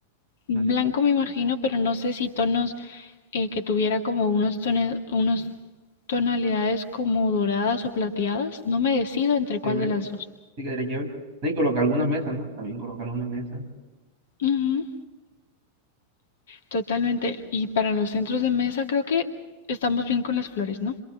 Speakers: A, on the left; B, on the right.
A: Blanco
B: Mantel como
A: me imagino, pero no sé si tonos eh, que tuviera como unos tone- unos tonalidades como doradas o plateadas. No me decido entre
B: chévere,
A: cuál de las dos.
B: sí quedaría chévere. No, Y colocar algunas mesas, ¿no? También colocar algunas mesas.
A: Ujú, totalmente. Y para los centros de mesa creo que estamos bien con las flores, ¿no?